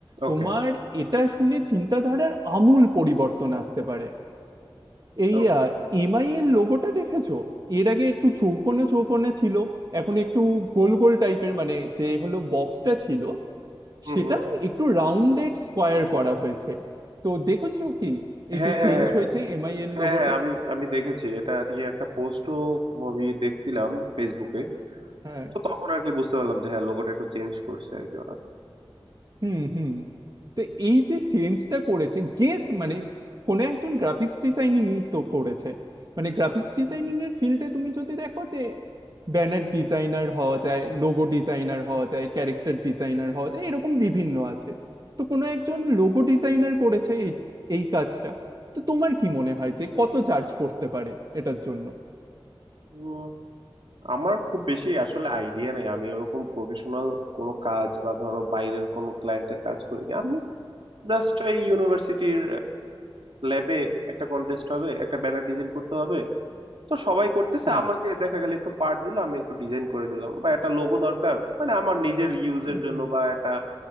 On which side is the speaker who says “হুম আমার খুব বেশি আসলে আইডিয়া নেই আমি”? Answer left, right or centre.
Right